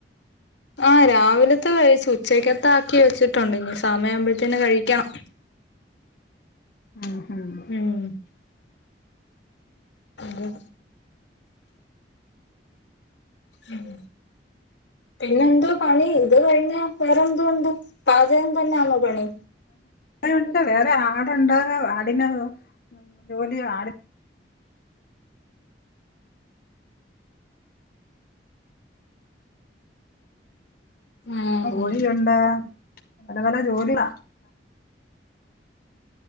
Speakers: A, on the left (about 85°); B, on the left (about 55°).
A: ആഹ് രാവിലത്തെ കഴിച്ചു ഉച്ചക്കത്തക്കി വെച്ചിട്ടുണ്ട് ഇനി സമയ ആവുമ്പോത്തേന് കഴിക്കണം.
B: ആഹ് ആഹ്
A: ഉം അതെ ഉം പിന്നെ എന്തോ പണി ഇത് കഴിഞ്ഞ വേറെന്ത എന്ത പാചകം തന്നണോ പണി?
B: ണ്ട് വേറെ ആടുണ്ട ആടന് ജോലി ആട
A: ആഹ്
B: കോഴിയുണ്ട് പല പല ജോലികള